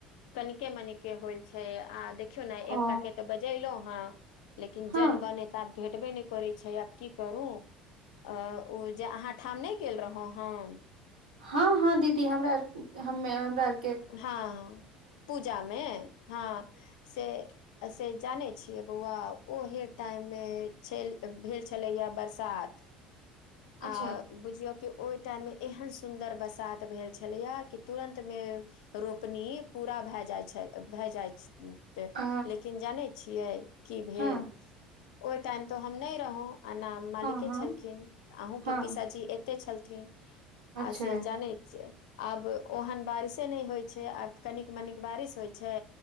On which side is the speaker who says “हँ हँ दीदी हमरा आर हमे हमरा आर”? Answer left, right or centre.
Right